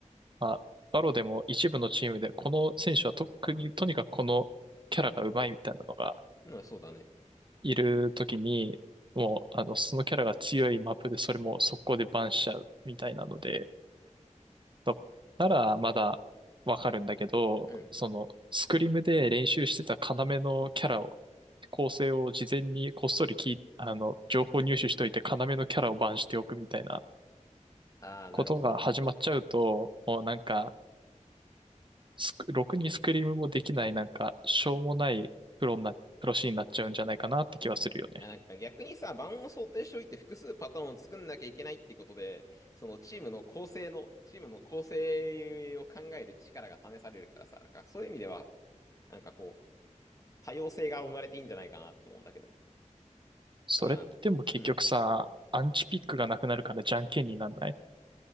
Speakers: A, on the right; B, on the left.
A: まあ、バロでも一部のチームで、この選手は特に、とにかくこのキャラが上手いみたいなのが
B: うん、そうだね。
A: いるときに、もう、あの、そのキャラが強いマップで、それも速攻でバンしちゃうみたいなので、とならまだわかるんだけど、
B: うん。
A: その、スクリムで練習してた要のキャラを、構成を事前にこっそり聞い、あの、情報入手しといて、要のキャラをバンしておくみたいな
B: ああ、なるほどね。
A: ことが始まっちゃうと、もうなんか、スクろくにスクリームもできない、なんか、しょうもないプロにな、プロシーンになっちゃうんじゃないかなって気はするよね。
B: あなんか逆にさ、盤を想定しておいて複数パターンを作んなきゃいけないっていうことで、そのチームの構成の、チームの構成を考える力が試されるからさ、なんかそういう意味では、なんかこう、多様性が生まれていいんじゃないかなって思うんだけど。
A: それってでも結局さ、
B: あー、うん。
A: アンチピックがなくなるからじゃんけんになんない